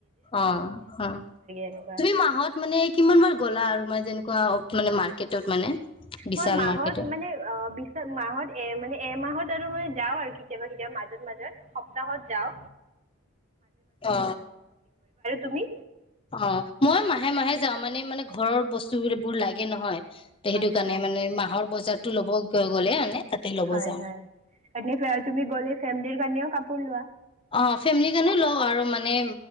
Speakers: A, on the left (about 25°); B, on the right (about 30°).
A: অ অ
B: এনেকুৱা।
A: তুমি মাহত মানে কিমান বাৰ গ'লা আৰু ম যেনেকুৱা মানে মাৰ্কেটত মানে বিশাল
B: মই মাহত
A: মাৰ্কেটত
B: মানে অ বিশ মাহত এ মানে এমাহত মে যাও আৰু কেতিয়াবা কেতিয়াবা মাজত মাজত সপ্তাহত যাও
A: অ
B: তুমি?
A: অ মই মাহে মাহে যাওঁ মানে মানে ঘৰৰ বস্তু এইবোৰ লাগে নহয় তে সেইটো
B: আছা
A: কাৰণে মানে মাহৰ বজাৰতো ল'ব গ'লে মানে তাতে ল'ব
B: হয়
A: যাওঁ
B: হয় এ তুমি গ'লে ফেম কাৰণেও কাপোৰ লোৱা
A: অ ফেমিলিৰ কাৰণেও লওঁ আৰু মানে